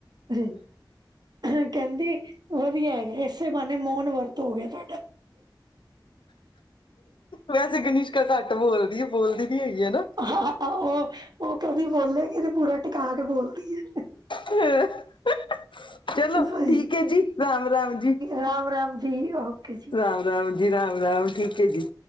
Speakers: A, on the right; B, on the left.
A: ਅਹੁ ਕੈਂਹਦੀ ਵਧੀਆ ਹੈਗਾ ਏ ਈਸੇ ਬਹਾਨੇ ਮੋਨ ਵਰਤ ਹੋ ਗਿਆ ਤੁਹਾਡਾ।
B: ਵੈਸੇ ਗਨੀਸ਼ਕਾ ਘੱਟ ਬੋਲਦੀ ਏ। ਬੋਲਦੀ ਨੀ ਹੈਗੀ ਹੈਨਾ।
A: ਹ ਓ ਓ ਕਦੀ ਬੋਲੇਗੀ ਤੇ ਪੂਰਾ ਟਿਕਾ ਕੇ ਬੋਲਦੀ ਏ।
B: ਹੇ ਅਹੁ -ਚਲੋ
A: ਸਹੀ
B: ਠੀਕ ਏ ਜੀ। ਰਾਮ -ਰਾਮ ਜੀ।
A: ਰਾਮ ਰਾਮ ਜੀ। ਓਕੇ ਜੀ।
B: ਰਾਮ- ਰਾਮ ਜੀ, ਰਾਮ- ਰਾਮ ਠੀਕ ਏ ਜੀ।